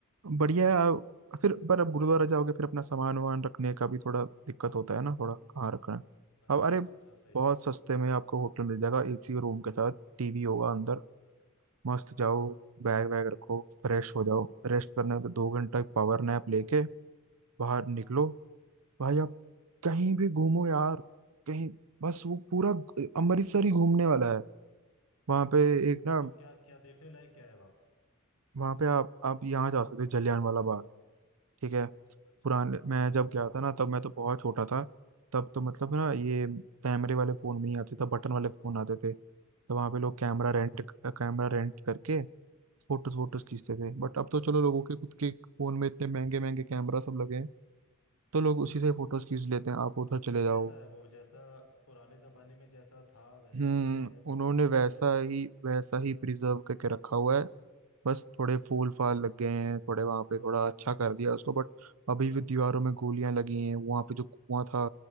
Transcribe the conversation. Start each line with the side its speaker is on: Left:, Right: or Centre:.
Right: बढ़िया है आप- फिर पर अब गुरुद्वारा जाओगे फिर अपना सामान वामान रखने का भी थोड़ा दिक्कत होता है ना थोड़ा कहाँ रखना है
Left: अच्छा
Right: अब अरे
Left: अच्छा अच्छा हाँ, सही
Right: बहुत
Left: कह रहे
Right: सस्ते
Left: हो
Right: में आपको होटल मिल जाएगा एसी रूम के साथ टीवी होगा अंदर
Left: हम्म
Right: मस्त जाओ
Left: हाँ हाँ
Right: बैग वैग रखो फ्रेश हो जाओ रेस्ट करना है तो दो घंटा
Left: हाँ
Right: पावर नैप लेके बाहर निकलो
Left: हाँ हाँ
Right: भाई आप कहीं भी घूमो यार कहीं बस वो पूरा अमृतसर ही घूमने वाला है वहां पे एक ना
Left: तो क्या क्या देखने लायक क्या है वहाँ पे
Right: वहां पे आप आप यहाँ जा सकते हो जलियांवाला बाग ठीक है
Left: अच्छा
Right: पुराने मैं
Left: हाँ
Right: जब
Left: हाँ
Right: गया था ना तब मैं तो बहुत छोटा था तब तो मतलब ना ये कैमरे वाले फोन भी नहीं आते तब बटन वाले फोन आते थे तो वहां पे लोग कैमरा
Left: हाँ
Right: रेंट
Left: हाँ
Right: कैमरा रेंट करके फोटोज फोटोज खींचते थे बट अब तो चलो लोगों के खुद के फोन में इतने महंगे महंगे कैमरा सब लगे हैं तो लोग
Left: हम्म
Right: उसी से फोटोज खींच लेते हैं आप उधर
Left: तो
Right: चले
Left: कैसा
Right: जाओ
Left: है वो जैसा पुराने जमाने में जैसा था वैसा
Right: हम्म
Left: ही है या कुछ
Right: उन्होंने
Left: चेंज हुआ
Right: वैसा
Left: है
Right: ही वैसा ही प्रिजर्व करके रखा हुआ है बस थोड़े फूल
Left: अच्छा
Right: फाल लग गए हैं थोड़े वहां पे थोड़ा अच्छा कर दिया उसको बट अभी भी दीवारों में गोलियां लगी हैं वहां पे जो कुआं था